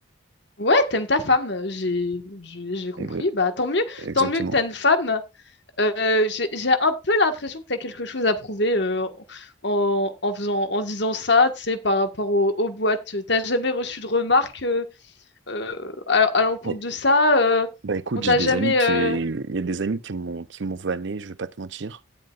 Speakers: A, on the left; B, on the right.
A: Ouais, t'aimes ta femme, j'ai j'ai j'ai compris.
B: Euh,
A: Bah tant mieux,
B: Exactement.
A: tant mieux que t'as une femme. Euh, j'ai j'ai un peu l'impression que tu as quelque chose à prouver euh, en, en faisant, en disant ça, tu sais, par rapport au- aux, boîtes. T'as jamais reçu de remarques euh, euh, à, à l'encontre
B: Ouais.
A: de ça. euh,
B: Bah écoute,
A: on
B: j'ai
A: t'a
B: des
A: jamais.
B: amis qui,
A: euh,
B: il y a des amis qui m'ont, qui m'ont vanné, je vais pas te mentir,